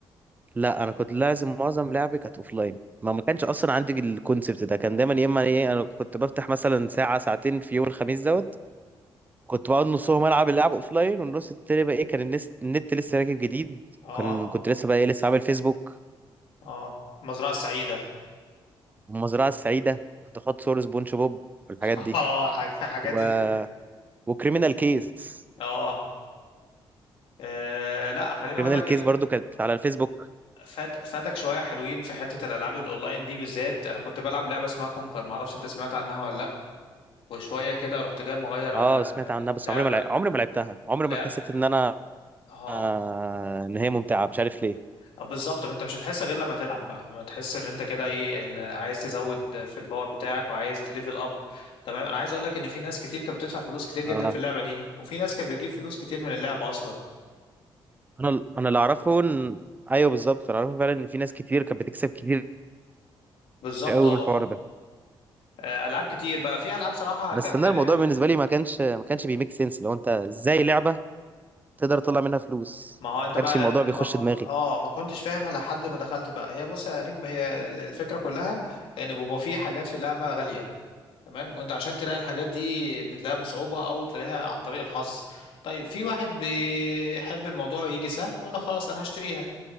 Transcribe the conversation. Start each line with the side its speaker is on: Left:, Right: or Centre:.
Right: لا انا كنت لازم معظم لعبي كانت اوف لاين ما ما كانش اصلا عندي الكونسبت ده كان دايما يا اما ايه انا كنت بفتح مثلا ساعه ساعتين في يوم الخميس دوت كنت بقعد نصهم العب اللعب اوف لاين والنص التاني بقى ايه كان النس... النت لسه راكب جديد
Left: اه
Right: وكان كنت لسه بقى ايه لسه عامل فيسبوك
Left: اه المزرعه السعيده
Right: والمزرعه السعيده كنت احط صور سبونج بوب والحاجات
Left: <laughs>
Right: دي
Left: اه الحاجات الحاجات
Right: و...
Left: ال...
Right: وكريمينال كيس
Left: اه آه، لا خليني
Right: كريمينال
Left: اقول لك
Right: كيس برضو كانت على الفيسبوك
Left: فات فاتك شويه حلوين في حته الالعاب الاونلاين دي بالذات انا كنت بلعب لعبه اسمها كونكر ما اعرفش انت سمعت عنها ولا لا وشويه كده رحت جاي مغير على
Right: اه سمعت عنها
Left: اللعبه
Right: بس عمري ما لع... عمري ما لعبتها عمري
Left: لعبه
Right: ما حسيت ان انا
Left: اه
Right: آه... ان هي ممتعه مش عارف ليه
Left: آه، بالظبط طب انت مش هتحس غير لما تلعب بقى ما تحس ان انت كده ايه ال- عايز تزود في الباور بتاعك وعايز تليفل اب تمام انا عايز اقول لك ان في ناس كتير كانت بتدفع فلوس كتير جدا
Right: آه،
Left: في اللعبه دي وفي ناس كانت بتجيب فلوس كتير من اللعبه اصلا
Right: انا انا اللي اعرفه ان ايوه بالظبط اللي اعرفه فعلا ان في ناس كتير كانت بتكسب كتير
Left: بالظبط
Right: قوي
Left: اه
Right: من الحوار ده
Left: آه، العاب كتير بقى فيها العاب صراحه
Right: بس
Left: كانت
Right: انا
Left: لها
Right: الموضوع بالنسبه لي ما كانش ما كانش بيميك سنس لو انت ازاي لعبه تقدر تطلع منها فلوس
Left: ما هو انت
Right: ما كانش
Left: بقى
Right: الموضوع
Left: يعني
Right: بيخش
Left: ما ما-
Right: دماغي
Left: اه ما كنتش فاهم لحد ما دخلت بقى هي بص يا نجم هي ال- الفكره كلها ان بيبقى في حاجات في اللعبه غاليه تمام وانت عشان تلاقي الحاجات دي بتلاقيها بصعوبه او تلاقيها عن طريق الحظ طيب في واحد بيحب الموضوع يجي سهل ولا خلاص انا هشتريها